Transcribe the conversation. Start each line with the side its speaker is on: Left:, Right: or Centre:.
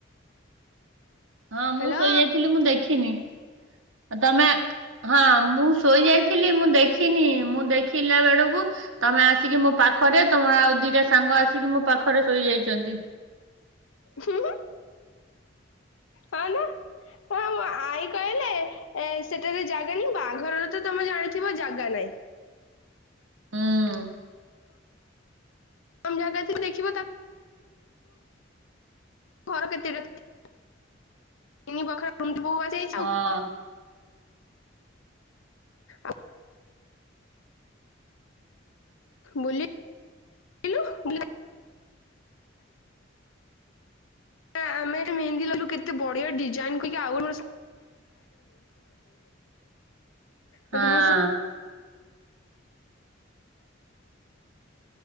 Right: ହଁ
Left: ହ୍ୟାଲୋ
Right: ମୁଁ ଶୋଇଯାଇଥିଲି ମୁଁ ଦେଖିନି। ଆଉ ତମେ ଆ ହଁ ମୁଁ ଶୋଇଯାଇଥିଲି ମୁଁ ଦେଖିନି ମୁଁ ଦେଖିଲା ବେଳକୁ ତମେ ଆସିକି ମୋ ପାଖରେ ତମ ଆଉ ଦିଟା ସାଙ୍ଗ ଆସିକି ମୋ ପାଖରେ ଶୋଇଯାଇଛନ୍ତି।
Left: ହୁଁ ହୁଁ ହଁ ନା। ହଁ ମୋ ଆଈ କହିଲେ ଏ ସେଠାରେ ଜାଗାନି ବାହାଘରରେ ତ ତମେ ଜାଣିଥିବ ଜାଗା ନହିଁ।
Right: ହୁଁ
Left: କମ୍ ଜାଗା ଦେଖିବ ତା ଘର କେତିରେ ତିନି ପାଖରେ ଟୁଣ୍ଡି ବୋଉ ଆଜି
Right: ହଁ
Left: ଆ ବୋଲି ଲୁ ବୁଲା ନା ଆମେ ସେଠୁ ମେହେନ୍ଦୀ ନେଲୁ କେତେ ବଢିଆ ଡିଜାଇନ ଟିକେ ଆଉ
Right: ହଁ
Left: ମତେ ବହୁତ